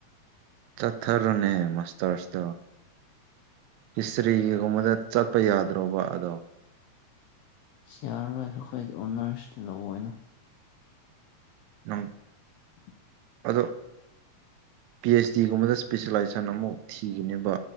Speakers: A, on the right (about 80°); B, on the left (about 80°).
A: ꯆꯠꯊꯔꯅꯦ ꯃꯁꯇꯔꯁꯗ ꯍꯤꯁꯇ꯭ꯔꯤꯒꯤꯒꯨꯝꯕꯗ ꯆꯠꯄ ꯌꯥꯗ꯭ꯔꯕ ꯑꯗꯣ
B: ꯁꯤꯌꯥꯔꯣꯏ ꯑꯩꯈꯣꯏ ꯑꯣꯅꯔꯁ ꯂꯧꯑꯣ ꯑꯣꯏꯅ
A: ꯎꯝ
B: <unintelligible>
A: ꯑꯗꯣ ꯄꯤ ꯑꯩꯆ ꯗꯤꯒꯨꯝꯕꯗ ꯏꯁꯄꯤꯦꯁꯦꯂꯥꯏꯖꯦꯁꯟ ꯑꯃꯐꯛ ꯊꯤꯒꯅꯦꯕ